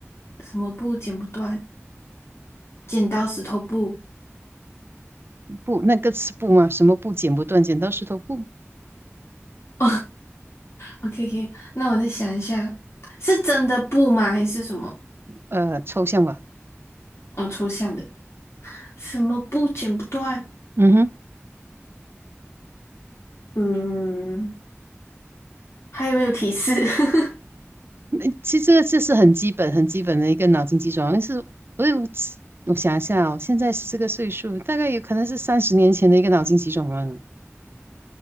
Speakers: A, on the left (about 65°); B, on the right (about 55°).
A: 什么布剪不断，剪刀石头布。
B: 布那个是布吗？什么布剪不断？剪刀石头布？
A: <laughs> o k o k 那我再想一下，是真的布吗？还是什么？
B: 呃，抽象吧。
A: 哦，抽象的，什么布剪不断？
B: 嗯哼，
A: 嗯，还有没有提示？<laughs>
B: 诶其实这个这是很基本很基本的一个脑筋急转弯。是，我有我想一下哦，现在是这个岁数，大概有可能是三十年前的一个脑筋急转弯了。